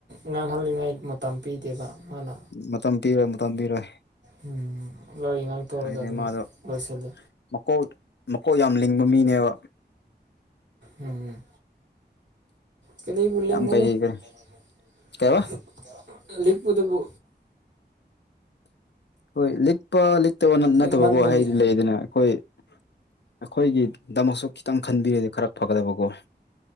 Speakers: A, on the right; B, on the left.
A: ꯉꯥꯡꯍꯜꯂꯤꯉꯥꯏ ꯃꯇꯝ ꯄꯤꯗꯦꯕ ꯃꯥꯅ꯫
B: ꯃꯇꯝ ꯄꯤꯔꯣꯏ ꯃꯇꯝ ꯄꯤꯔꯣꯏ꯫
A: ꯎꯝ ꯂꯣꯏ ꯉꯥꯡꯇꯣꯛꯔꯒ
B: ꯍꯥꯏꯗꯤ
A: ꯑꯗꯨꯝ
B: ꯃꯥꯗꯣ
A: ꯂꯣꯏꯁꯤꯜꯂꯦ꯫
B: ꯃꯀꯣꯛ ꯃꯀꯣꯛ ꯌꯥꯝ ꯂꯤꯡꯕ ꯃꯤꯅꯦꯕ꯫
A: ꯎꯝ꯫ <unintelligible>
B: ꯌꯥꯝ ꯀꯩ ꯀꯩ ꯀꯩꯕ
A: ꯂꯩꯔꯛꯄꯗꯨꯕꯨ
B: ꯍꯣꯏ ꯂꯤꯛꯄ ꯂꯤꯛꯇꯕ ꯅꯠꯇꯕꯀꯣ
A: ꯂꯤꯛꯃꯟꯕꯒꯤ
B: ꯍꯥꯏꯗꯤ ꯂꯩꯗꯅ ꯑꯩꯈꯣꯏ ꯑꯩꯈꯣꯏꯒꯤ ꯗꯃꯛꯁꯨ ꯈꯤꯇꯪ ꯈꯟꯕꯤꯔꯗꯤ ꯈꯔ ꯐꯒꯗꯕꯀꯣ꯫